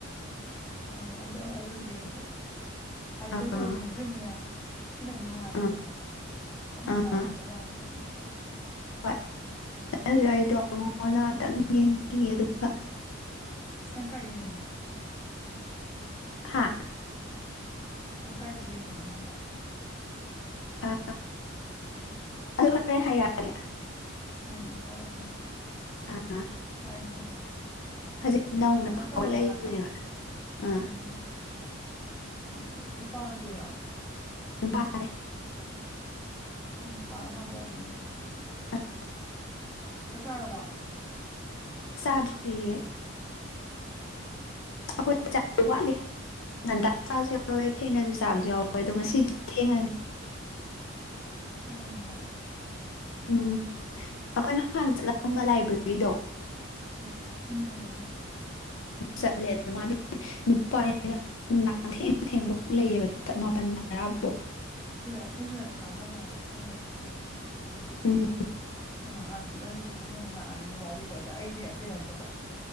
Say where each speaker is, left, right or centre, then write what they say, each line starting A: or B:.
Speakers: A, on the left; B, on the left.
A: ꯑꯣ ꯑꯗꯨ ꯑꯗꯨꯁꯨ ꯌꯦꯡꯊꯣꯛꯑꯣ ꯍꯥꯏ ꯑꯗꯨꯝ
B: ꯑꯥ
A: ꯑꯣꯏ ꯐ ꯁꯨꯝꯅꯦ ꯁꯤꯅ ꯑꯃ ꯅꯨꯡꯉꯥꯏꯕꯅꯦꯕ
B: ꯑꯥ
A: ꯑꯩꯅ
B: ꯑꯥ
A: ꯌꯥꯎꯋꯦ ꯍꯥꯏꯕꯩ ꯋꯥꯥꯏꯅ ꯇꯧꯕ
B: ꯍꯣꯏ ꯑꯗꯨ ꯌꯥꯗꯣ ꯅꯉꯗꯍꯇꯪ ꯌꯦꯡꯈꯤ ꯑꯗꯨꯒ
A: ꯅꯪ ꯀꯥꯏ ꯌꯦꯡꯉꯤꯅꯣ
B: ꯍꯥ
A: ꯅꯪ ꯀꯥꯏꯗ ꯌꯦꯡꯉꯦꯅ ꯍꯕ
B: ꯑ ꯑꯗꯨ ꯍꯣꯔꯣꯔꯦꯟꯦꯟ ꯍꯥꯏꯔꯛꯑꯒꯦ
A: ꯎꯝ ꯐ ꯍꯔꯦ ꯍꯥꯏꯣ
B: ꯑꯥ
A: ꯑꯣꯏꯔꯦꯅ ꯍꯥꯏꯔꯣ
B: ꯍꯧꯖꯤꯛ ꯅꯧꯅ
A: ꯀꯩꯅꯣ
B: ꯐꯥꯎꯒꯠꯂꯛꯏꯕꯅꯦꯕ
A: ꯇꯧꯋꯦ ꯍꯥꯏꯕ
B: ꯑꯥ
A: ꯎꯝ ꯎꯝ ꯅꯨꯄꯥ ꯅꯨꯄꯤꯅ
B: ꯅꯨꯄꯥꯔꯦ
A: ꯅꯨꯄꯥ ꯑꯣꯏꯔꯃꯅꯤ
B: ꯑꯥ
A: ꯆꯛꯁꯥꯕ
B: ꯁꯥꯔꯤꯌꯦ ꯑꯩꯈꯣꯏ ꯆ ꯆꯁꯨ ꯋꯥꯠꯂꯤ ꯅꯟꯇꯥ ꯆꯥꯁꯨ ꯌꯥꯎꯋꯦ ꯊꯦꯡꯅꯁꯨ ꯆꯥꯕꯁꯨ ꯌꯥꯎꯋꯦ ꯑꯗꯣ ꯉꯁꯤꯗꯤ ꯊꯦꯡꯉꯅꯤ
A: ꯑꯉꯅꯌꯥ
B: ꯎꯝ ꯑꯩꯈꯣꯏꯅ ꯍꯥꯟꯅ ꯆꯠꯂꯝꯂꯝꯕ ꯂꯥꯏꯕ꯭ꯔꯦꯔꯤꯗꯣ
A: ꯎꯝ ꯎꯝ ꯎꯝ ꯎꯝ
B: ꯆꯠꯂꯦꯗ ꯃꯥꯗꯤ ꯅꯨꯄꯥꯅ ꯅꯨꯡꯗꯥꯡ ꯊꯦꯡ ꯊꯦꯡꯕꯥꯎ ꯂꯩꯌꯦꯕ ꯄꯟꯗꯔꯥꯕꯨꯣ
A: ꯑꯗꯨꯅ ꯑꯩꯈꯣꯏꯁꯤꯗꯗꯤ ꯀꯥꯟꯅꯗꯦ ꯍꯥꯏꯕ ꯑꯩꯈꯣꯏ ꯂꯩꯔꯤꯁꯤꯅ ꯑꯃꯨꯛ ꯍꯥꯏꯕꯗꯤ
B: ꯎꯝ
A: ꯉꯥꯏꯍꯥꯛꯇꯠꯂꯅꯤꯗꯤ ꯈꯟ ꯉ ꯑꯃꯨꯛ ꯂꯥꯛ ꯑꯅꯤ ꯋꯥꯔꯤꯕ ꯑꯗ ꯑꯩꯗꯤ ꯑꯇꯩ ꯅꯠꯇꯕ